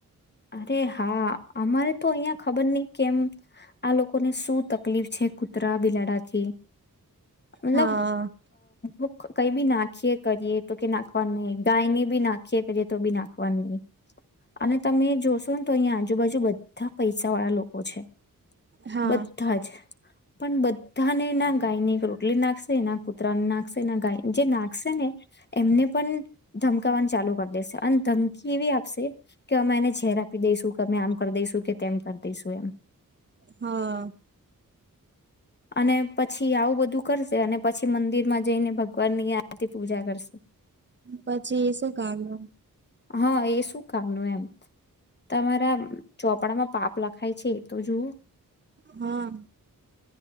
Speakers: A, on the left (about 30°); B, on the right (about 35°).
A: અરે હા અમારે તો અહિયાં ખબર નય કેમ આ લોકોને શું તકલીફ છે, કુતરા બિલાડાથી. મતલબ
B: હા
A: અ કઈ બી નાખીએ કરીએ તો કે નાખવાનું નહી ગાય ને બી નાખીએ કરીએ તો બી નાખવાનું નહી અને તમે જો. શું તો અહીં આજુબાજુ બધા પૈસા વાળા લોકો છે.
B: હા
A: બધા જ પણ બધાને ના ગાય ની રોટલી નાખ શે ના કુતરા ના ખશે ગાય જે નાખશે ને એમને પણ ધમકવાનું ચાલુ કરી દેશે અને ધમકી એવી આપશે એને છેેર આપી દઈશું કેમે આમ કરી દઈશું કે તેમ કરી દઈશું એમ.
B: હા
A: અને પછી આવું બધું કરશે અને પછી મંદિર માં જઈને ભગવાનની આરતી પૂજા કરશે.
B: પછી એ શું કામ નું.
A: હા એ શું કામ નું એમ. તમારા ચોપડામાં પાપ લખાય છે. તો જુઓ
B: હા.